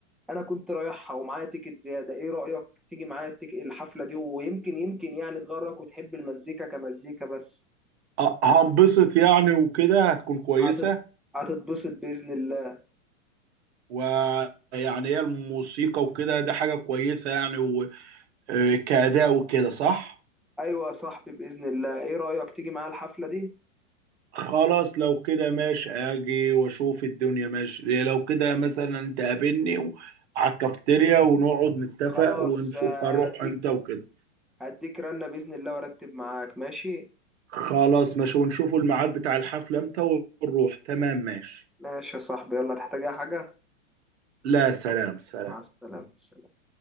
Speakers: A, in the centre; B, on the right (about 60°).
A: أنا كنت رايحها ومعايا تيكت زيادة إيه رأيك تيجي معايا التيك- الحفلة دي ويمكن يمكن يعني تغرك وتحب المزيكا كمزيكا بس
B: أه، هنبسط يعني وكده هتكون كويسة
A: هتت... هتتبسط بإذن الله
B: ويعني هي الموسيقى وكده ده حاجة كويسة يعني وكأداء وكده صح؟
A: أيوة يا صاحبي بإذن الله إيه رأيك تيجي معايا الحفلة دي
B: خلاص لو كده ماشي اجي واشوف الدنيا ماشي لو كده مثلا تقابلني على الكافتيريا ونقعد نتفق
A: خلاص
B: ونشوف
A: آه،
B: هنروح
A: هديك
B: امتى وكده
A: هديك رنة بإذن الله وأرتب معاك ماشي
B: خلاص ماشي ونشوف الميعاد بتاع الحفلة امتى ونروح تمام ماشي
A: ماشي يا صاحبي يلا تحتاج أي حاجة
B: لا سلام سلام
A: مع السلامة سلام.